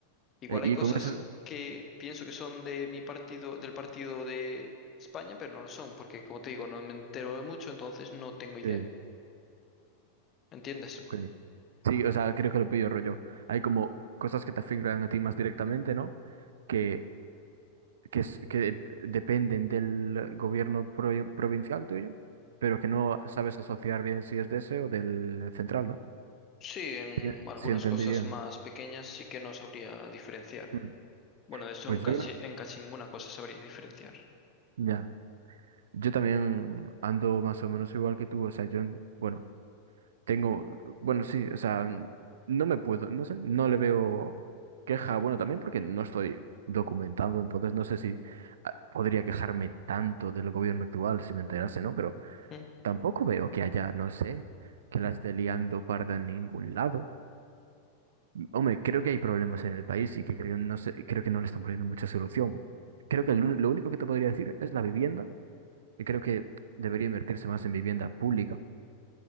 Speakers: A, on the left; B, on the right.
A: Igual
B: Eh,
A: hay
B: y
A: cosas
B: con eso,
A: que pienso que son de mi partido, del partido de España, pero no lo son, porque como te digo, no me entero de mucho, entonces no tengo idea.
B: sí,
A: ¿Entiendes?
B: ok. Sí, o sea, creo que lo pillo rollo. Hay como cosas que te afectan a ti más directamente, ¿no? Que, que, es- que dependen del gobierno pro- provincial tuyo, pero que no sabes asociar bien si es de ese o del central, ¿no?
A: Sí, en
B: Sí,
A: algunas
B: sí, entendí
A: cosas
B: bien.
A: más pequeñas sí que no sabría diferenciar.
B: Mm.
A: Bueno, de eso
B: Pues
A: en casi,
B: yo, creo-
A: en casi ninguna cosa sabría diferenciar.
B: ya. Yo también ando más o menos igual que tú. O sea, yo, bueno, Tengo, bueno, sí, o sea, no me puedo, no sé, no le veo queja, bueno, también porque no estoy documentando, entonces no sé si ah, podría quejarme tanto del gobierno actual si me enterase, ¿no? Pero
A: Mm.
B: tampoco veo que haya, no sé, que la esté liando parda en ningún lado. Hombre, creo que hay problemas en el país y que creo, no sé, creo que no le están poniendo mucha solución. Creo que lo, lo único que te podría decir es la vivienda, y creo que debería invertirse más en vivienda pública